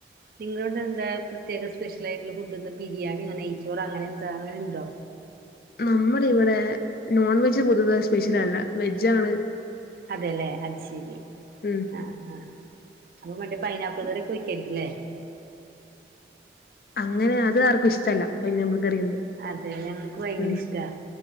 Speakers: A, on the right; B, on the left.
A: നിങ്ങളോടെ എന്താ പ്രത്യേക സ്പെഷ്യലായിട്ടുള്ള ഫുഡ് എന്താ ബിരിയാണിയോ നെയ്ച്ചോറ് അങ്ങനെ എന്താ അങ്ങനെണ്ടോ?
B: നമ്മള് ഇവിടെ നോൺ വെജ് പൊതുവെ സ്പെഷ്യൽ അല്ല. വെജ് ആണ്
A: അതേല്ലേ അത് ശരി
B: ഉം
A: ആഹ് ആഹ് അപ്പൊ മറ്റേ പൈനാപ്പിൾ കറിയൊക്കെ വെക്കാരിക്കില്ലേ?
B: അങ്ങനെ അത് ആർക്കും ഇഷ്ടല്ല. പൈനാപ്പിൾ കറിയൊന്നും.
A: അതെ. ഞങ്ങക്ക് ഭയങ്കര
B: ഉം
A: ഇഷ്ടാ.